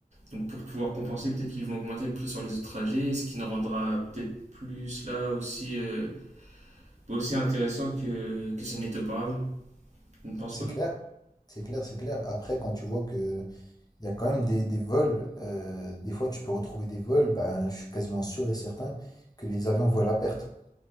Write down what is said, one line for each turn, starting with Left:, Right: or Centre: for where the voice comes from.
Right: donc pour pouvoir compenser, peut-être qu'ils vont augmenter le prix sur les autres trajets, ce qui ne rendra peut-être plus là aussi, euh, bah, aussi intéressant que, que ce n'était auparavant. Tu ne penses
Left: C'est
Right: pas
Left: clair, c'est clair, c'est clair. Après, quand tu vois que Il y a quand même des, des vols. euh, des fois, tu peux retrouver des vols. Ben, je suis quasiment sûr et certain que les avions volent à perte.